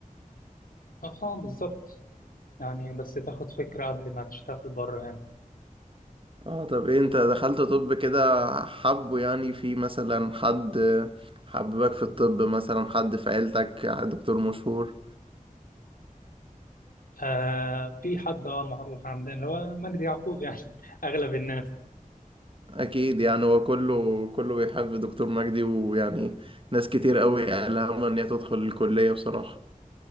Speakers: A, on the left (about 80°); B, on the right (about 40°).
A: اه آه، بالظبط يعني بس تاخد فكرة قبل ما تشتغل بره هنا
B: اه طب ايه انت دخلت طب كده حبه يعني في مثلا حد حببك في الطب مثلا حد في عيلتك دكتور مشهور
A: آه في حد اه معروف عندنا اللي هو مجدي يعقوب يعني <laughs> أغلب الناس
B: اكيد يعني هو كله كله بيحب دكتور مجدي ويعني ناس كتير قوي قالها ان هي تدخل الكلية بصراحة